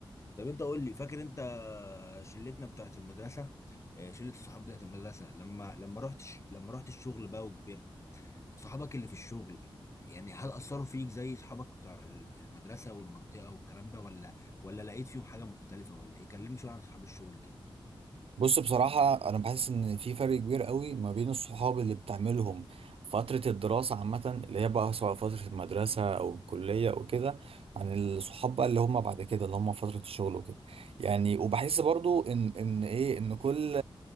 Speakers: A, on the left; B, on the right.
A: طب انت قول لي فاكر انت شلتنا بتاعت المدرسة آه، شلة الصحاب بتاعت المدرسة لما لما رحت ش- لما رحت الشغل بقى وكبرت صحابك اللي في الشغل يعني هل أثروا فيك زي صحابك بتوع ال- المدرسة والمنطقة والكلام ده ولا ولا لقيت فيهم حاجة مختلفة ولا ايه كلمني شوية عن صحاب الشغل كده
B: بص بصراحة أنا بحس إن في فرق كبير قوي ما بين الصحاب اللي بتعملهم فترة الدراسة عامة اللي هي بقى سواء فترة المدرسة أو الكلية أو كده عن الصحاب بقى اللي هم بعد كده اللي هم فترة الشغل وكده يعني وبحس برضو إن إن إيه إن كل